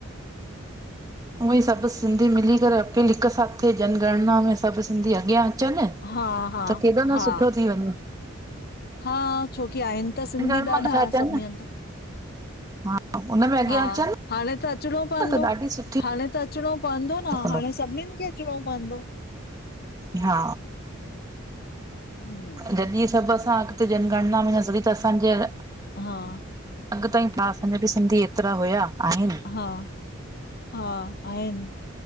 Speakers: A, on the right (about 20°); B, on the left (about 50°).
A: उई सभ सिंधी मिली करे पिल हिक साथ जनगणना में सभ सिंधी अग्यां अचन
B: हा हा
A: त केॾो न
B: हा
A: सुठो थी वञे।
B: हा छोकी आहिन त
A: जनगणमा
B: सिंधी ॾाढा
A: नथा अचनि
B: सभनी हंध।
A: हा उन में अॻियां
B: हा
A: अचनि
B: हाणे त अचणो पवंदो
A: न त ॾाढी सुठी
B: हाणे त अचणो पवंदो न
A: कंदो
B: हाणे सभिनीन खे अचणो पवंदो।
A: हा
B: <unintelligible>
A: जॾी सभ असां अॻते जनगणना में ईदास तडी त असांजे
B: हा
A: अॻ ताईं असांजा बि सिंधी एतरा हुआ आहिन।
B: हा हा आहिन